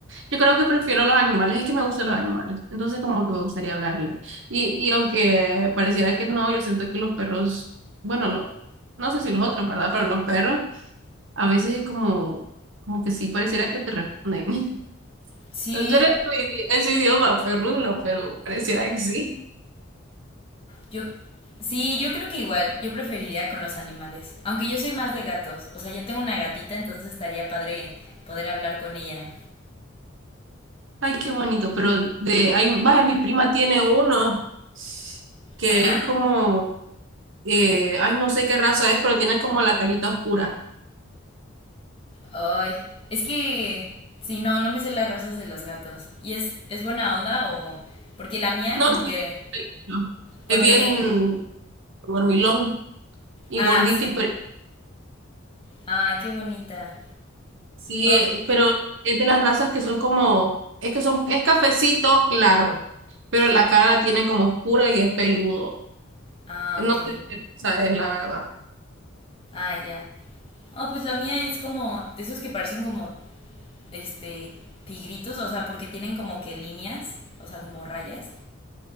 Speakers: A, on the right; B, on the left.
A: Yo creo que prefiero los animales, es que me gustan los animales. Entonces, como que me gustaría hablarles. Y, y aunque pareciera que no, yo siento que los perros. Bueno, lo- no sé si los otros, ¿verdad? Pero los perros, a veces es como. Como que sí, pareciera que te responden. <laughs>
B: Sí,
A: No era su, idi- es su idioma, perruno, pero pareciera que sí.
B: Yo, sí, yo creo que igual, yo preferiría con los animales, aunque yo soy más de gatos, o sea, yo tengo una gatita, entonces estaría padre poder hablar con ella.
A: Ay, qué bonito, pero de, hay, vaya, mi prima tiene uno que
B: Ajá.
A: es como, eh, ay, no sé qué raza es, pero tiene como la carita oscura.
B: Ay, es que, sí, no, no me sé las razas de los gatos. ¿Y es, es buena onda o...? Porque la mía,
A: No,
B: como que
A: sí, no.
B: cuando
A: es bien
B: llegue...
A: dormilón y
B: Ah,
A: gordito,
B: sí.
A: y pero
B: Ay, qué bonita.
A: sí,
B: No.
A: eh, pero es de las razas que son como, es que son, es cafecito claro, pero la cara la tiene como oscura y es peludo.
B: Ah,
A: No
B: ok.
A: sé qué raza es, la verdad.
B: Ah, ya. Oh, pues la mía es como de esos que parecen como, este, tigritos, o sea, porque tienen como que líneas, o sea, como rayas.